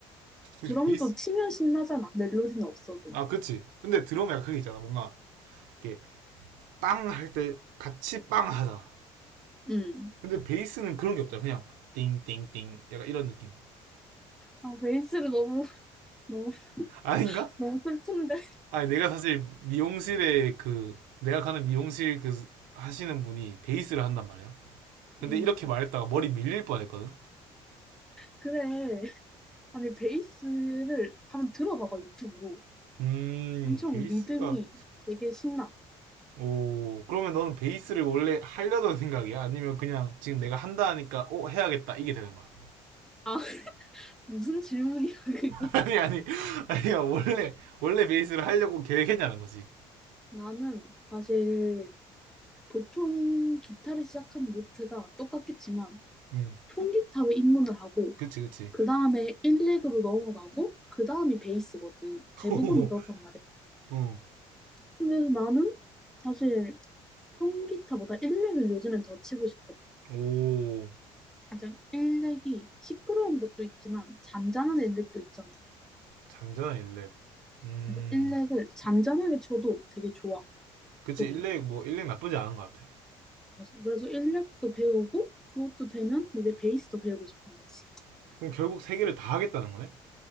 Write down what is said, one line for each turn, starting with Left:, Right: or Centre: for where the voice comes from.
Right: 혹시
Centre: 드럼도
Right: 베이스,
Centre: 치면 신나잖아. 멜로디는 없어도.
Right: 아, 그치. 근데 드럼 약간 그게 있잖아. 뭔가, 이렇게, 빵 할 때, 같이 빵 하잖아.
Centre: 음.
Right: 근데 베이스는 그런 게 없잖아. 그냥, 띵띵띵. 약간 이런 느낌.
Centre: 아, 베이스를 너무, 너무,
Right: 아닌가?
Centre: 너무 슬픈데.
Right: 아니, 내가 사실 미용실에 그, 내가 가는 미용실 그, 하시는 분이 베이스를 한단 말이야. 근데
Centre: 음.
Right: 이렇게 말했다가 머리 밀릴 뻔 했거든?
Centre: 그래. 아니, 베이스를 한번 들어봐봐, 유튜브로.
Right: 음,
Centre: 엄청
Right: 베이스가,
Centre: 리듬이 되게 신나.
Right: 오, 그러면 너는 베이스를 원래 하려던 생각이야? 아니면 그냥 지금 내가 한다 하니까, 어, 해야겠다. 이게 되는 거야.
Centre: 아, 무슨 질문이야, 그게.
Right: 아니 아니 아니야 원래 원래 베이스를 하려고 계획했냐는 거지.
Centre: 나는 사실 보통 기타를 시작하는 루트가 똑같겠지만
Right: 음.
Centre: 통기타로 입문을 하고
Right: 그치 그치.
Centre: 그 다음에 일렉으로 넘어가고, 그 다음이 베이스거든.
Right: <laughs>
Centre: 대부분은 그렇단 말이야.
Right: 어
Centre: 근데 나는 사실 통기타보다 일렉을 요즘엔 더 치고 싶어.
Right: 오
Centre: 이제 일 렉이 시끄러운 것도 있지만, 잔잔한 일렉도 있잖아.
Right: 잔잔한 일렉. 음.
Centre: 그래서 일렉을 잔잔하게 쳐도 되게 좋아,
Right: 그치
Centre: 소리가.
Right: 일렉 뭐 일렉 나쁘지 않은 것 같아.
Centre: 맞아. 그래서 일렉도 배우고, 그것도 되면 이제 베이스도 배우고 싶은 거지.
Right: 그럼 결국 세 개를 다 하겠다는 거네?